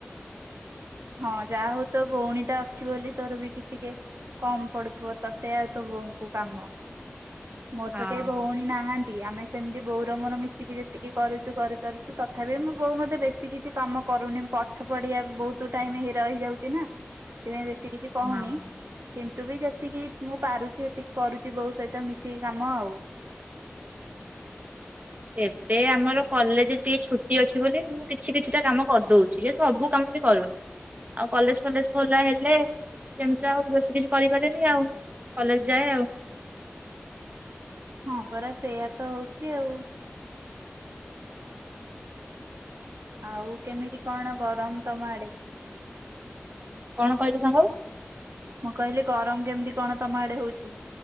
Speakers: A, on the right (about 75°); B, on the right (about 35°).
A: ହଁ ଯାହା ହଉ ତୋ ଭଉଣୀଟା ଅଛି ବୋଲି ତୋର ବି ଟିକେ କମ୍ ପଡୁଥିବ ତତେ ଆଉ ତୋ ବୋଉଙ୍କୁ କାମ। ମୋର
B: ହଁ
A: ତ କେହି ଭଉଣୀ ନାହାନ୍ତି। ଆମେ ସେମିତି ବୋଉର ମୋର ମିଶିକି ଯେତିକି କରୁଛୁ କରିପାରୁଛୁ ତଥାପି ମୁଁ ବୋଉ ମୋତେ ବେଶୀ କିଛି କାମ କରୁନି ପାଠ ପଢ଼ିବା ବହୁତ ଟୁ ଟାଇମ୍ ହେଇ ରହିଯାଉଛି ନା ସେଥିପା ସେ କିଛି କହୁନି
B: ହଁ।
A: କିନ୍ତୁ ବି ଯେ ଯେତିକି ମୁଁ ପାରୁଛି ସେତିକି କରୁଛି ବୋଉ ସହିତ ମିଶିକି କାମ ଆଉ।
B: ଏବେ ଆମର କଲେଜ ଟିକେ ଛୁଟି ଅଛି ବୋଲି ମୁଁ କିଛି କିଛିଟା କାମ କରିଦଉଛି। ଯେ ସବୁ କାମ ବି କରୁନି ଆଉ କଲେଜ ଫଲେଜ ଖୋଲା ହେଲେ ସେମିତି ଆଉ ବେଶୀ କିଛି କରିପାରେନି, ଆଉ କଲେଜ ଯାଏ ଆଉ।
A: ହଁ ପରା ସେଇୟା ତ ହଉଛି ଆଉ। ଆଉ କେମିତି କଣ ଗରମ ତମ ଆଡେ।
B: କଣ କହିଲୁ ସାଙ୍ଗ?
A: ମୁଁ କହିଲି ଗରମ କେମତି କଣ ତମ ଆଡେ ହଉଚି?